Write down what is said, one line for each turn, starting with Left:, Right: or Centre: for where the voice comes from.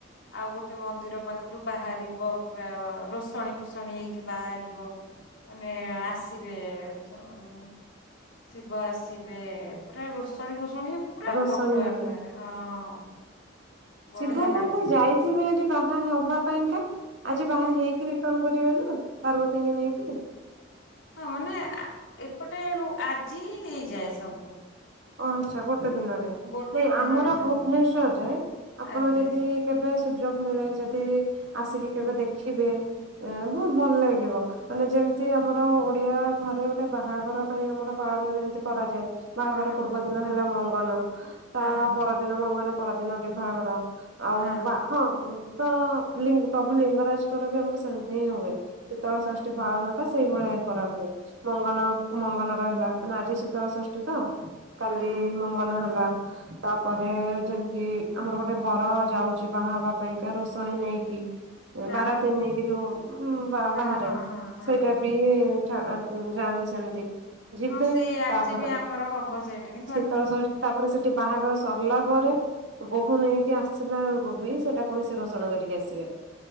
Left: ଆଉ ଗୋଟେ ମନ୍ଦିର ପାଖରୁ ବାହାରିବ ପୁରା ରୋଷଣୀ ଫୋଷଣୀ ହେଇକି ବାହାରିବ।
Right: ହ
Left: ମାନେ ଆସିବ୍ ବେ -ଶ-ଶିବ ଆସିବେ ପୁରା ରୋଷଣୀ ଫୋଷଣୀ ପୁରା
Right: ରୋଷଣୀ
Left: ବଡ ଆକାରରେ
Right: ହେଇକି
Left: -ହଁ। ବଢିଆ
Right: ଶିବଙ୍କ
Left: ଲାଗେ
Right: ତ ଯାଇଥିବେ ହେଟି ବାହା ହବା ପାଇଁକା। ଆଜି ବାହା ହେଇକି ରିଟର୍ଣ କରିବେ ନା ପାର୍ବତୀଙ୍କୀ ନେଇକି।
Left: ହଁ ମାନେ ଆ- ଏପଟେ ହୋ- ଆଜି ହିଁ ହେଇଯାଏ ସବୁ।
Right: ଓ ଆଚ୍ଛା ଗୋଟେ ଦିନରେ
Left: ଗୋଟେ
Right: ନାଇଁ
Left: ଦିନରେ
Right: ଆମର
Left: ସବୁ
Right: ଭୁବନେଶ୍ଵରରେ
Left: ହେଇଯାଏ
Right: ଆପଣ
Left: ଆଜ୍ଞା
Right: ଯଦି କେବେ ସୁଯୋଗ୍ ମିଳେ ଯଦି ଆସିକି କେବେ ଦେଖିବେ ଏ- ବହୁତ୍ ଭଲ ଲାଗିବ। ମାନେ ଯେମିତି ଆମର ଓଡିଆ ଘରେ ଗୋଟେ ବାହାଘର ପାଇଁ ଆମର ପାଳନ ଯେମିତି କରାଯାଏ ବାହାଘର
Left: ହଁ
Right: ପୂର୍ବ
Left: ହଁ
Right: ଦିନ
Left: ହଁ
Right: ହେଲା ମଙ୍ଗନ
Left: ହଁ
Right: ତା ପରଦିନ ମଙ୍ଗନ ପରଦିନ ବିଭାଘର। ଆଉ
Left: ହଁ।
Right: ବା- ହଁ- ତ ଲି -ପ୍ରଭୁ ଲିଙ୍ଗରାଜଙ୍କର ବି ଆମର ସେମିତି ହିଁ ହୁଏ। ଶୀତଳ
Left: ହୁଁ
Right: ଷଷ୍ଠୀ
Left: ହୁଁ
Right: ପାଳନ ଆ-ସେଇଭଳିଆ କରା ହୁଏ ମଙ୍ଗନ- ମଙ୍ଗନ ରହିଲା ମାନେ ଆଜି ଶୀତଳ ଷଷ୍ଠୀ ତ କାଲି
Left: ହଁ
Right: ମଙ୍ଗନ ହେଲା। ତାପରେ ଯେମିତି ଆମର ଗୋଟେ ବର ଯାଉଚି ବାହା ହବା ପାଇଁକା ରୋଷଣୀ ନେଇକି
Left: ହଁ
Right: ବାରାତି ନେଇକି ଯଉ ଉଁ -ବା-ବାହାରେ
Left: ହଁ ହଁ ହଁ ହଁ ହଁ
Right: ସେଇଟା ବି ଠା-ଆଁ-ଯାଆନ୍ତି ସେମିତି ଯିବେ
Left: ହଁ ସେଇ
Right: ତାପରେ
Left: ଆଜି ବି ଆମର ହବ ସେଇଟାକି
Right: ଶୀତଳ ଷଷ୍ଠୀ ତାପରେ ସେଠି ବାହାଘର ସରିଲା ପରେ ବୋହୂ ନେଇକି ଆସିଲାଳୁକୁ ବି ସେଇଟା ପୁଣି ସେ ରୋସଣ କରିକି ଆସିବେ।